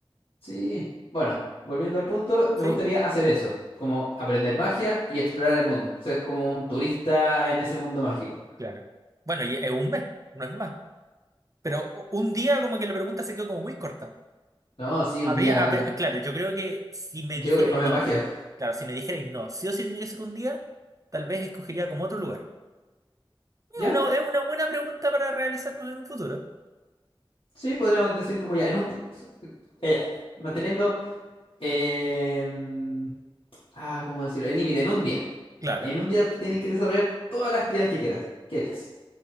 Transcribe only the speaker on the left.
Sí, bueno, volviendo al punto, me
gustaría hacer eso, como aprender magia y explorar el mundo, ser como un turista en ese mundo mágico.
No, sí, un
día
llego
y spameo
magia.
¿Ya?
Sí, podríamos decir como ya, en un... pu- eh, manteniendo... em, ah, ¿cómo decirlo? El límite, en un día.
En un día tienes que desarrollar todas las actividades que quieras, que harías.